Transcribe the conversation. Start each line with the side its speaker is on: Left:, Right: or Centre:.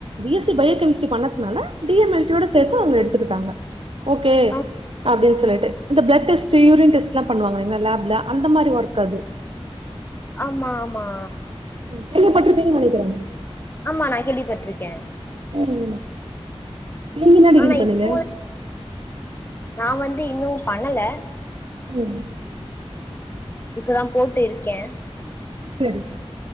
Right: பி எஸ்சி பயோகெமிஸ்ரி பண்ணறதுனா டி எம் எல் டி யோட சேத்து அவங்க எடுத்துக்கிட்டாங்க ஓகே
Left: ஆ
Right: அப்டின்னு சொல்லிட்டு இந்த பிள பிளெட் டெஸ்ட் யூரின் டெஸ்ட்லா பனுவாங்கல லேப்ல அந்த மாரி ஒர்க் அது
Left: ஆமா-ஆமா
Right: கேள்விபட்ருப்பீங்கனு நெனக்குரே
Left: ஆமா நா கேள்விபட்ருக்கே
Right: உம் நீங்க என்னா டிகிரி
Left: ஆனா
Right: பண்ணீங்க
Left: இப்போ நா வந்து இன்னு பண்ணல
Right: உம்
Left: இப்பதா போட்டு இருக்கே
Right: சரி-சரி